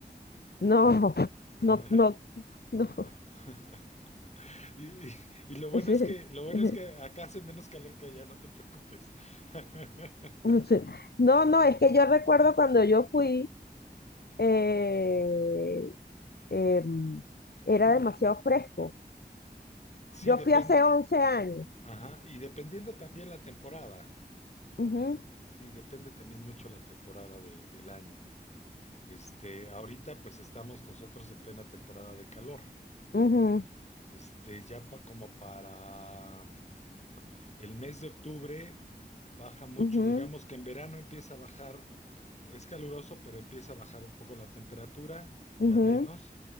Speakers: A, on the left (about 70°); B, on the left (about 40°).
A: No,
B: <laughs>
A: no, no, no.
B: <laughs> Y, y- y lo bueno
A: <laughs>
B: es que, lo bueno es que acá hace menos calor que allá, no te preocupes. <laughs>
A: <laughs> Mm, sí. No, no, es que yo recuerdo cuando yo fui, eh, em, era demasiado fresco.
B: Sí,
A: Yo
B: depende.
A: fui hace 11 años.
B: Ajá, y dependiendo también la temporada.
A: Ujú,
B: Sí, depende también mucho la temporada de- del año. Este, ahorita pues estamos nosotros en plena temporada de calor.
A: ujú,
B: Este, ya pa- como para El mes de octubre baja mucho,
A: ujú,
B: digamos que en verano empieza a bajar, es caluroso, pero empieza a bajar un poco la temperatura, ya
A: ujú,
B: menos,